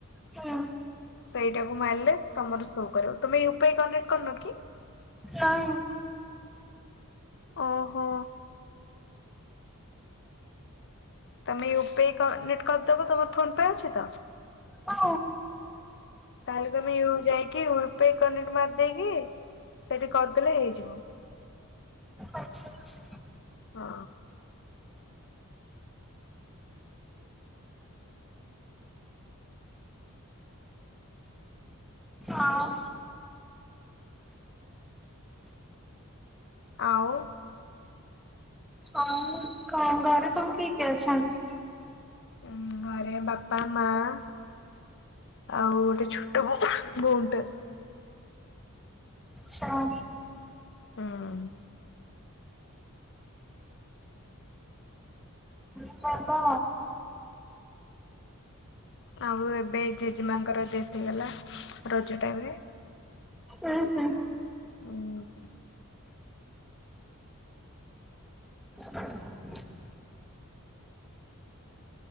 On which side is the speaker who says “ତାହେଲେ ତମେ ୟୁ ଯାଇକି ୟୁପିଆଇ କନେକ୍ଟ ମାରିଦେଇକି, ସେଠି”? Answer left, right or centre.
Left